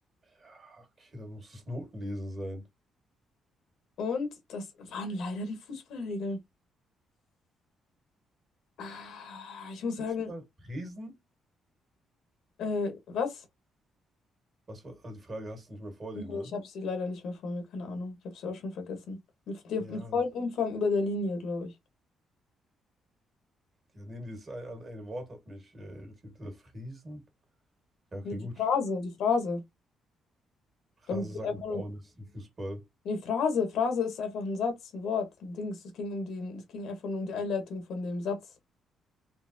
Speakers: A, on the right (about 35°); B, on the left (about 75°).
A: Ah, Okay, dann muss es Notenlesen sein.
B: Und das waren leider die Fußballregeln. Ah, ich muss
A: Fußball,
B: sagen,
A: Presen?
B: äh, was?
A: Was war, ah, die Frage hast du nicht mehr vor
B: Nee,
A: dir, ne?
B: Ich habe sie leider nicht mehr vor mir, keine Ahnung. Ich habe sie auch schon vergessen. Mit, der-
A: Ja,
B: mit vollem Umfang über der Linie, glaube ich.
A: ja, nee, dieses ein, ein, eine Wort hat mich äh, irritiert. Äh, Friesen? Ja, okay,
B: Nee, die
A: gut.
B: Phrase, die Phrase.
A: Phrasensacken
B: Damit wird einfach nur.
A: bauen, das ist ein Fußball.
B: Nee, Phrase. Phrase ist einfach ein Satz, ein Wort, ein Dings. Es ging um die, es ging einfach nur um die Einleitung von dem Satz.